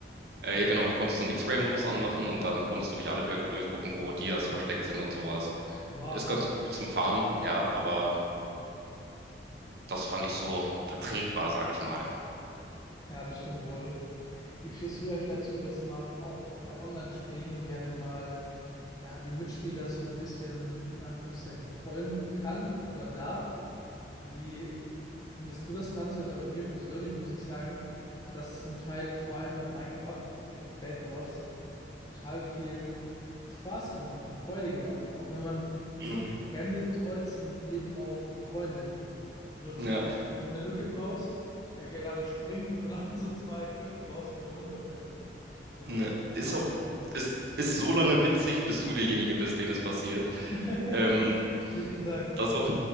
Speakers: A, on the right (about 60°); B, on the left (about 20°).
A: Äh, ja, genau, du konntest einen X-Ray-Modus anmachen und dann konntest du durch alle Blöcke durchgucken, wo Dias versteckt sind und sowas.
B: Oha.
A: Ist ganz cool zum Farmen, ja, aber das fand ich so vertretbar, sag ich mal.
B: Ja, das stimmt wohl. Wie stehst du euch dazu, dass man auch bei Online-Spielen gerne mal ja, die Mitspieler so ein bisschen in Anführungszeichen trollen kann oder darf. Wie findest du das Ganze? Weil bei mir persönlich muss ich sagen, hat das zum Teil vor allem in Minecraft, in Bed Wars, total viel Spaß gemacht und Freude gemacht. Auch wenn man jetzt
A: Mhm.
B: nicht nur Fremde trollt, sondern eben auch Freunde. Wenn du zum
A: Ja,
B: Beispiel so eine Lücke baust, er gerade springt und du dann <laughs> so zwei Blöcke baust, damit er runterfällt. Wenn du
A: ne.
B: verstehst,
A: Ist
B: was
A: auf,
B: ich
A: ist, ist so lange witzig, bis du derjenige bist, dem es passiert.
B: meine.
A: Ähm,
B: <laughs> Gut gesagt.
A: das auf,